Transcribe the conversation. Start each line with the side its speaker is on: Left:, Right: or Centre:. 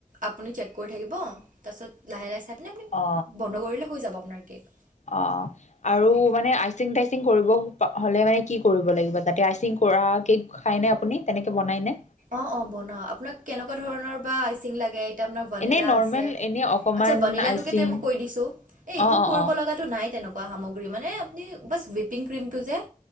Right: আপুনি চেক কৰি থাকিব তাৰপিছত লাহে লাহে চাই পিনে আপুনি
Left: অ
Right: বন্ধ কৰিলে হৈ যাব আপোনাৰ কেক।
Left: অ আৰু
Right: সেইটো
Left: মানে আইচিং তাই আচিং কৰিব হ'লে মানে কি কৰিব লাগিব তাতে? আইচিং কৰা কেক খায়নে আপুনি তেনেকে বনাইনে?
Right: অ অ বনাও, আপোনাক কেনেকুৱা ধৰণৰ বা আইচিং লাগে আপোনাৰ বনিলা
Left: এনে নৰ্মেল
Right: আছে,
Left: এনে অকমান
Right: আচ্ছা ভনিলা
Left: আইচিং
Right: কেকটো মই কৈ দিছো, এই একো
Left: অ অ
Right: কৰিব
Left: অ
Right: লগা টো নাই তেনেকুৱা সামগ্ৰী মানে আপুনি বাচ ৱিপিং ক্ৰীমটো যে,